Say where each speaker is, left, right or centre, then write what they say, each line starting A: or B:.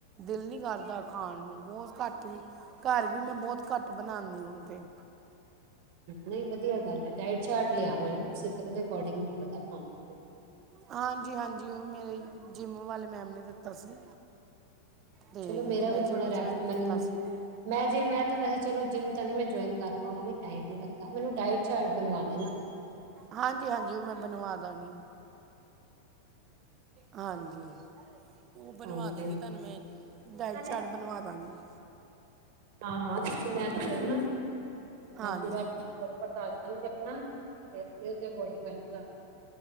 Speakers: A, on the right; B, on the right.
A: ਦਿਲ ਨੀ ਕਰਦਾ। ਖਾਣ ਨੂੰ ਬੋਤ ਘੱਟ ਵੀ ਘਰ ਵੀ ਮੈਂ ਬੋਤ ਘੱਟ ਬਣਾਨੀ ਹੁਣ ਤੇ
B: ਨਹੀਂ ਵਧੀਆ ਗੱਲ ਏ ਡਾਇਟ ਚਾਰਟ ਲਿਆ ਮੈ ਨਾ ਤੁਸੀਂ ਫਿਰ ਉਦੇ ਅਕੋਰਡਿੰਗੈਨੂੰ ਲਿਆ ਖਾਂ ਤੇ
A: ਹਾਂਜੀ- ਹਾਂਜੀ ਉ ਮੇਰੇ ਜਿੰਮ ਵਾਲੇ ਮੈਮ ਨੇ ਦਿੱਤਾ ਸੀ। ਤੇ
B: ਚਲੋ ਮੇਰਾ
A: ਮੈਂ
B: ਵੀ
A: ਜਿੰਮ
B: ਥੋੜਾ
A: ਜੁਆਇਨ
B: ਰੈਫ
A: ਕੀਤਾ
B: ਮੈਨੂੰ
A: ਸੀ ਨਾ
B: ਮੈਂ ਜੇ ਮੈਂ ਤਾਂ ਵੈਸੇ ਚਲੋ ਜਿੰਮ ਤਾਂ ਨੀ ਮੈਂ ਜੁਆਇਨ ਕਰ ਪਾਵਾਂਗੀ ਟਾਈਮ ਨੀ ਲੱਗਦਾ ਮੈਨੂੰ ਡਾਇਟਡ ਚਾਰਟ ਬਣਵਾ ਦੋ।
A: ਹਾਂਜੀ- ਹਾਂਜੀ ਓ ਮੈਂ ਬਣਵਾ ਦਾਂਗੀ। ਹਾਂਜੀ <inaudible> ਉ ਬਣਵਾ
B: ਹਾਂਜੀ
A: ਦਾਂਗੀ ਤਾਨੂੰ ਮੈਂ ਡਾਇਟ
B: ਹਾਂ
A: ਚਾਟ ਬਣਵਾ ਦਾਂਗੀ।
B: ਹਾਂ ਮੈਂ ਆਪਣਾ ਆਪਣਾ <unintelligible>
A: ਹਾਂਜੀ
B: ਮੈਨੂੰ ਦੱਸ ਦਾਂਗੀ ਆਪਣਾ ਤੇ ਉਹਦੇ ਅਕੋਰਡਿੰਗ ਮ <unintelligible>